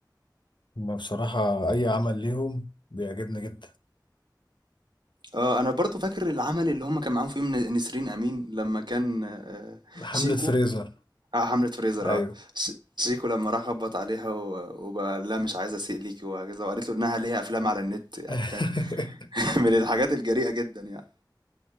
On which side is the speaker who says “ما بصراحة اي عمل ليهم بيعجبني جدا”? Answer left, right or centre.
Left